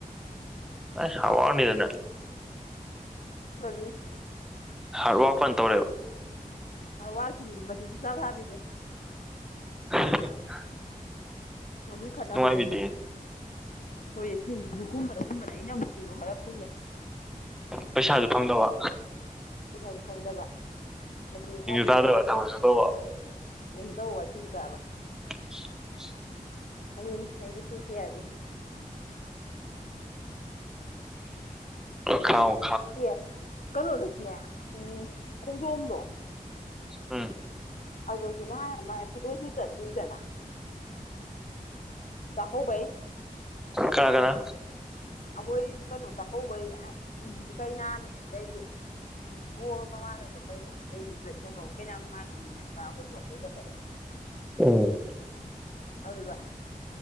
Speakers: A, in the centre; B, on the left (about 60°).
A: ꯑꯁ ꯍꯥꯎꯔꯅꯤꯗꯅ
B: ꯀꯔꯤ
A: ꯍꯥꯔꯠ ꯋꯥꯔꯛꯄꯥꯟ ꯇꯧꯔꯦꯕ
B: ꯍꯥꯎ ꯋꯥꯁꯤ ꯃꯁꯟꯁꯨ ꯆ ꯍꯥꯕꯤꯗꯦ
A: <unintelligible>
B: ꯃꯗꯨꯏ ꯈꯟꯅꯕꯗꯗꯤ
A: ꯅꯨꯡꯉꯥꯏꯕꯤꯗꯦ
B: ꯍꯣꯏꯌꯦ ꯆꯤꯟꯁꯤꯁꯨ ꯀꯨꯝꯕꯅ ꯀꯨꯝꯕꯅ ꯑꯩꯅ ꯑꯃꯨꯛꯁꯤꯅꯨ ꯈꯔ ꯈꯨꯝꯃꯦ
A: ꯄꯩꯁꯥꯁꯨ ꯐꯪꯗꯕ
B: ꯄꯩꯁꯥꯁꯨ ꯐꯪꯗꯕ ꯃꯁꯤꯡꯁꯨ ꯊꯥꯕꯤꯗꯕ
A: ꯇꯥꯗꯕ ꯊꯕꯛꯁꯨ ꯇꯧꯕ
B: ꯗ ꯋꯥ ꯁꯤ ꯆꯥꯕ
A: <unintelligible>
B: ꯑꯗꯨꯅꯤ ꯑꯩꯒꯤ ꯄꯨꯟꯁꯤ ꯍꯥꯏꯁꯦ
A: ꯈꯥꯎ
B: ꯑꯦ ꯀꯩꯅꯣꯗꯁꯨꯅꯦ ꯎꯝ ꯈꯣꯡꯖꯣꯝꯗꯣ
A: ꯎꯝ
B: ꯑꯗꯁꯨꯅ ꯃꯥꯏ ꯃꯥꯏ ꯐꯣꯇꯣꯁꯨꯠ ꯆꯠꯂꯤꯗꯅ ꯆꯥꯀꯧꯕꯩ
A: ꯀꯅꯥ ꯀꯅꯥ
B: ꯑꯍꯣꯏ ꯆꯠꯂꯣ ꯆꯥꯀꯧꯕꯩ ꯎꯝ ꯀꯩꯅꯥꯅꯦ ꯑꯗꯩꯗꯤ ꯎ ꯕꯣꯔ ꯃꯃꯥꯟꯅꯕ ꯃꯩꯗꯨꯅꯦ ꯀꯩꯅꯣ ꯀꯩꯅꯥ ꯃꯥꯟꯅꯕꯅꯤꯅ ꯏꯃꯥ ꯑꯩꯈꯣꯏꯁꯨꯝꯗꯩ ꯆꯠꯄꯗꯣ
A: ꯎꯝ
B: ꯑꯗꯨꯗ